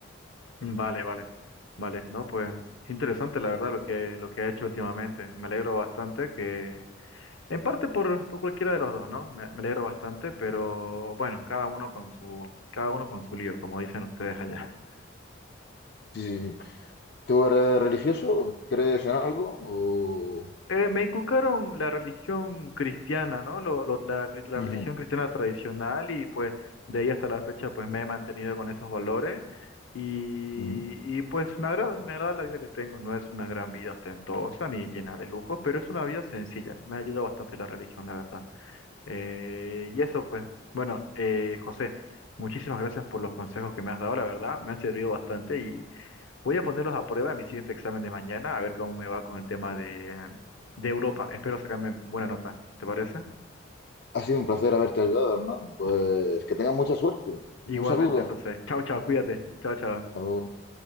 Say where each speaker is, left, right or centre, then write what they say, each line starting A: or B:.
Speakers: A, on the left; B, on the left.
A: Vale, vale. Vale, no, pues interesante la verdad lo que lo que ha hecho últimamente. Me alegro bastante que En parte por, por cualquiera de los dos, ¿no? Me, me alegro bastante, pero bueno, cada uno con su, cada uno con su lío, como dicen ustedes allá. <laughs>
B: Sí, sí, sí. ¿Tú eres religioso? ¿Crees en algo? O...
A: Eh, me inculcaron la religión cristiana, ¿no? Lo- lo- la, cri- la
B: Ujú,
A: religión cristiana tradicional y pues de ahí hasta la fecha pues me he mantenido con esos valores y,
B: ujú.
A: y pues me agrada, me agrada la vida que tengo. No es una gran vida ostentosa ni llena de lujos, pero es una vida sencilla. Me ha ayudado bastante la religión, la verdad. Eh, y eso, pues. Bueno, eh, José, muchísimas gracias por los consejos que me has dado, la verdad, me han servido bastante y voy a ponerlos a prueba en mi siguiente examen de mañana, a ver cómo me va con el tema de, de Europa. Espero sacarme buena nota, ¿te parece?
B: Ha sido un placer haberte ayudado, hermano. Pues que tengas mucha suerte.
A: Igualmente,
B: Un saludo.
A: José. Chao, chao, cuídate. Chao, chao.
B: Hasta